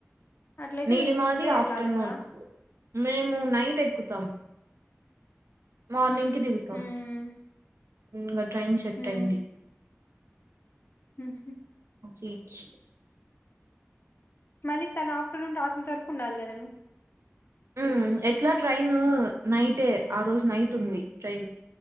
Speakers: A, on the left; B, on the right.
A: అట్లయితే
B: నీలిమాది
A: మీరు ముందే వెళ్ళాలి
B: ఆఫ్టర్నూన్
A: కదా
B: మేము నైట్ ఎక్కుతాం మార్నింగ్కి
A: ఉహు
B: దిగుతాం
A: ఉమ్
B: ఇంకా ట్రైన్ సెట్
A: ఉమ్
B: అయింది
A: ఉహు
B: చీజ్
A: మళ్ళీ తను ఆఫటర్నూన్ రాసేంత వరకు ఉండాలి కదా నువ్వు
B: ఉ ఎట్లా ట్రైన్ నైటే ఆ రోజు నైట్ ఉంది ట్రైన్